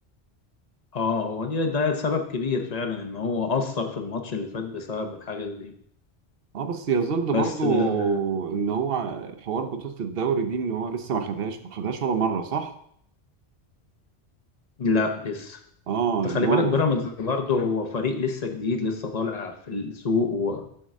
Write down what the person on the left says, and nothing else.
اه هو دي ده سبب كبير فعلا ان هو اثر في الماتش اللي فات بسبب الحاجه دي
بس
آه،
لا لسه
انت خلي
بالك بيراميدز برضه هو فريق لسه جديد لسه طالع في السوق